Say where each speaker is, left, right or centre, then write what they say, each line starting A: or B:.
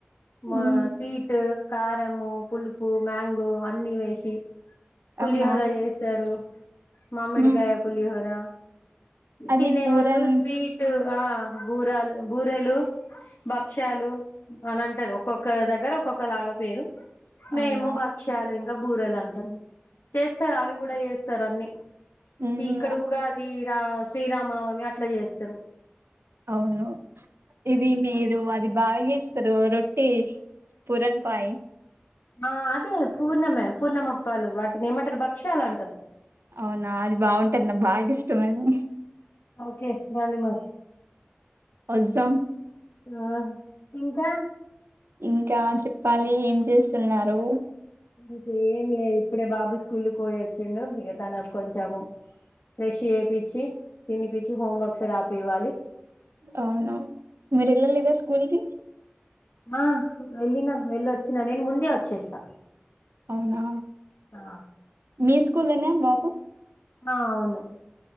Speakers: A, on the left; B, on the right.
A: మా
B: హ్మ్.
A: స్వీట్ కారము పులుపు మ్యాంగో అన్నీ వేశి పులిహోర
B: అవునా
A: ఎస్తారు మామిడిగాయ
B: హ్మ్.
A: పులిహోర
B: అది
A: తినేవాళ్ళు
B: పూరన్
A: స్వీట్ ఆ బూరలు, బూరెలు, భక్ష్యాలు అని అంటారు ఒక్కొక్క దగ్గర ఒక్కొక్క లాగా పేరు మేము
B: అవునా
A: భక్ష్యాలు ఇం కా బూరలు అంటాం చేస్తారు అవి కూడా చేస్త స్తారాన్ని
B: ఉహు
A: ఈ ఇక్కడ ఊగాది రా శ్రీరామనవమి అట్లా చేస్తారు.
B: అవును ఇది మీరు అది బాగా యేస్తరు రొట్టి పూరన్ పయి
A: ఆ అదే పూర్ణమే పూర్ణమప్పాలు వాటిని ఏమంటారు భక్ష్యలు అంటారు
B: అవునా అది బాగుంటది నాకు బాగా ఇష్టం అది
A: ఓకే దండి మరి
B: వస్తాం
A: ఆ ఇంకా
B: ఇంకా చెప్పాలి ఏం చేస్తున్నారు
A: ఇక ఏం లేదు ఇప్పుడే బాబు స్కూల్ పోయి వచ్చిండు ఇక తనకు కొంచెము ఫ్రెష్ చేపిచ్చి తినిపిచ్చి హోమ్ వర్క్స్ రాపివాలి
B: అవును మీరు వెళ్ళలేదా స్కూల్ కి
A: ఆ వెళ్ళిన వెళ్ళ వచ్చినా నేను ముందే వచ్చేస్తా
B: అవునా
A: ఆ
B: మీస్ స్కూల్ నే బాబు
A: ఆ అవును